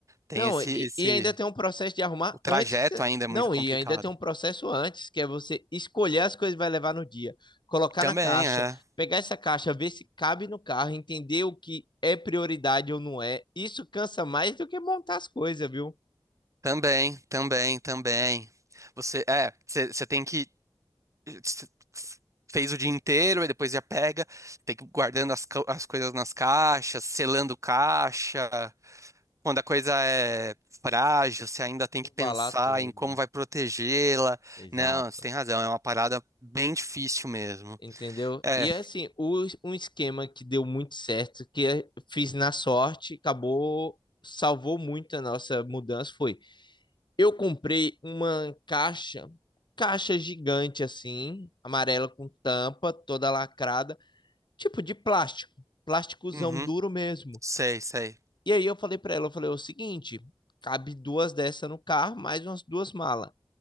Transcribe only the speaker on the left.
Não,
e,
e ainda tem um processo de arrumar
antes.
Não,
e ainda tem um processo antes, que é você escolher as coisas que vai levar no dia, colocar
na caixa,
pegar essa caixa, ver se cabe no carro, entender o que é prioridade ou não é. Isso cansa mais do que montar as coisas, viu?
Embalar
tudo.
Exato.
Entendeu?
E é assim, o, um esquema que deu muito certo, que eu fiz na sorte, acabou, salvou muito a nossa mudança, foi Eu comprei uma caixa, caixa gigante assim, amarela com tampa, toda lacrada, tipo de plástico, plásticozão
duro mesmo.
E aí eu falei pra ela, eu falei o seguinte, cabe duas dessas no carro, mais umas duas malas.